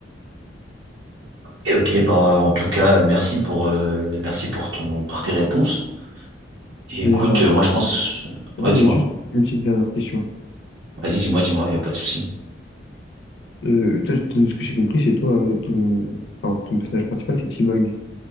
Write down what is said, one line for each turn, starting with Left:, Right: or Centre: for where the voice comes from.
Right: Et ok, bah, en tout cas, merci pour, euh, merci pour ton, pour tes réponses. Et
Left: mais
Right: écoute,
Left: euh,
Right: euh, moi, je pense,
Left: attends,
Right: ouais, dis-moi.
Left: mais juste une petite dernière question.
Right: Vas-y, dis-moi, dis-moi, il n'y a pas de souci.
Left: Euh, toi, je- de ce que j'ai compris, c'est toi, euh, ton, enfin, ton personnage principal, c'est T-Bag.